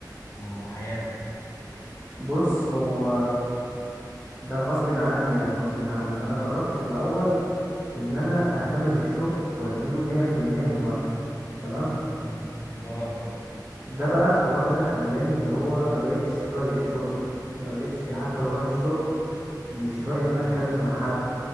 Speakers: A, on the left; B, on the right.
A: وحياتك
B: بص هو ده غصب عني يعني غصب عني انا جربت في الاول ان انا اهتم بالشغل واديله مية في المية من وقتي تمام
A: مم. ده غلط طبعا
B: ده بقى الحوار ده خلاني اللي هو ما بقتش طايق الشغل ما بقتش حتى بروح الشغل مش طايق ان انا
A: مم.
B: اتكلم مع حد